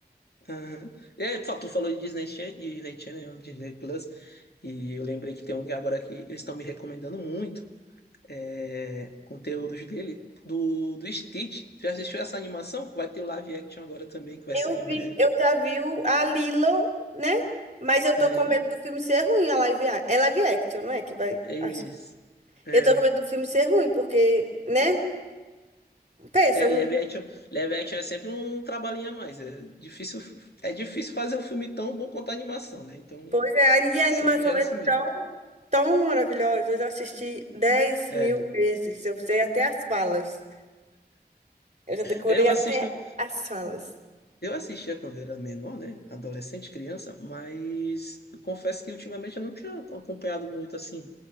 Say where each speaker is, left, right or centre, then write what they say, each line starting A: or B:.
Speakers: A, on the left; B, on the right.
A: Aham. E aí, tu falou de Disney Channel, Disney Channel, Disney Plus, e eu lembrei que tem um que agora que eles estão me recomendando muito, é, conteúdos dele, do, do Stitch. Tu já assistiu essa animação? Que vai ter o live action agora também, que vai
B: Eu
A: sair em
B: vi,
A: breve.
B: eu já vi o- a Lilo, né? Mas eu tô
A: Aham,
B: com medo do filme ser ruim, a live, a- é live action, não é? Que vai.
A: É
B: acho.
A: isso. É.
B: Eu tô com medo do filme ser ruim, porque, né? Pensa,
A: É,
B: um,
A: live action, live action é sempre um trabalhinho a mais. É difícil, é difícil fazer um filme tão bom quanto a animação, né? Então,
B: pois é, a minha
A: sempre
B: animação
A: gera
B: é
A: esse medo.
B: tão, tão maravilhosa. Eu já assisti dez
A: é
B: mil vezes. Eu sei até as falas. Eu já decorei
A: Eu
B: até
A: assisto,
B: as falas.
A: eu assistia quando era menor, né? Adolescente, criança, mas eu confesso que ultimamente eu não tinha acompanhado muito assim.